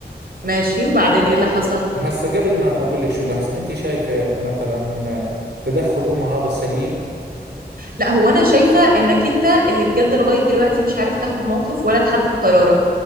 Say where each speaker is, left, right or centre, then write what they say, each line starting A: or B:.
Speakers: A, on the right; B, on the right.
A: ماشي وبعدين ايه اللي حصل
B: هسا قبل ما أقول لك شو اللي حصل أنت شايفة مثلا تدخل أمها هذا سليم
A: لا هو انا شايفة انك انت اللي بجد لغاية دلوقتي مش عارف تاخد موقف ولا تحدد قرارك